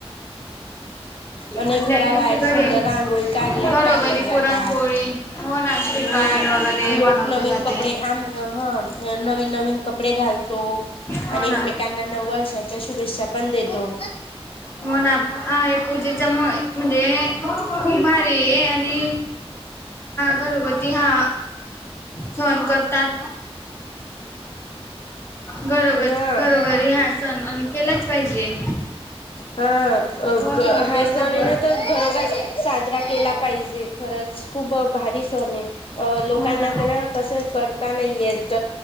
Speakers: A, on the left; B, on the left.
A: अनेक
B: आणि त्या
A: घराबाहेर
B: दिवशी घरी
A: सुंदर रांगोळी काढल्या-काढल्या
B: घरोघरी
A: जातात.
B: पुरणपोळी हो ना श्रीखंड
A: हं
B: वगैरे
A: लोक
B: बनवले
A: नवीन
B: जाते
A: कपडे आम हं नवीन-नवीन कपडे घालतो.
B: हो
A: आणि एकमेकांना
B: ना
A: नऊ वर्षाच्या शुभेच्छा पण देतो
B: हो ना हा पूजेचा म म्हणजे खूप भारी आणि घरगुती हा सण करतात. बरोबर,
A: हा
B: घरोघरी हा सण आणि केलाच पाहिजे
A: हा-हा
B: वर्षामध्ये एकच
A: सण
B: दिवस
A: आहे ना तर
B: येतो
A: घरोघर केला पाहिजे खरंच खूप भारी सण आहे लोकांना
B: हो ना
A: तररा कसं कर नाही आहेत